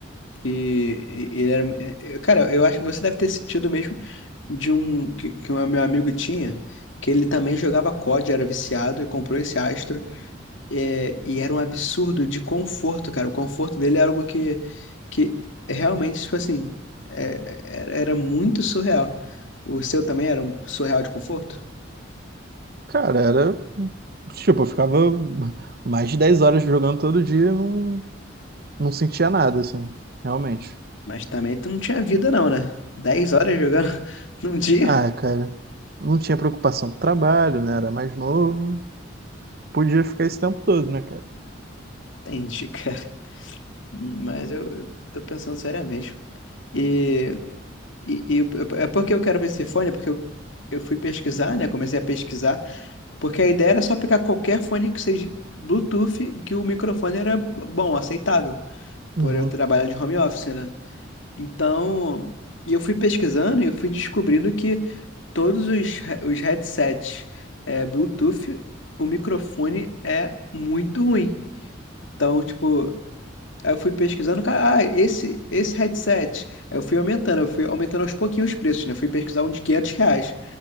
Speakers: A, on the left; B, on the right.
A: E, e ele era. mu- é, é, Cara, eu acho que você deve ter sentido mesmo de um que, que um meu amigo tinha, que ele também jogava COD, era viciado e comprou esse Astro. É, e era um absurdo de conforto, cara. O conforto dele é algo que, que é realmente, tipo assim, é- é- era muito surreal. O seu também era um surreal de conforto?
B: Cara, era. Tipo, eu ficava mais de 10 horas jogando todo dia e não, não sentia nada, assim, realmente.
A: Mas também tu não tinha vida, não, né? dez horas jogando <laughs> num dia?
B: Ah, cara, não tinha preocupação com o trabalho, né? Era mais novo, podia ficar esse tempo todo, né, cara?
A: Entendi, cara. Mas eu, eu tô pensando seriamente. E, e, e eu- é porque eu quero ver esse fone, é porque eu, eu fui pesquisar, né? Comecei a pesquisar, porque a ideia era só pegar qualquer fone que seja Bluetooth e que o microfone era bom, aceitável.
B: Uhum,
A: por eu trabalhar de home office, né? Então, e eu fui pesquisando e eu fui descobrindo que todos os, he- os headsets é, Bluetooth, o microfone é muito ruim. Então, tipo, aí eu fui pesquisando, cara, ah, esse, esse headset. Aí Eu fui aumentando, eu fui aumentando aos pouquinhos os preços, né? Fui pesquisar um de 500 reais.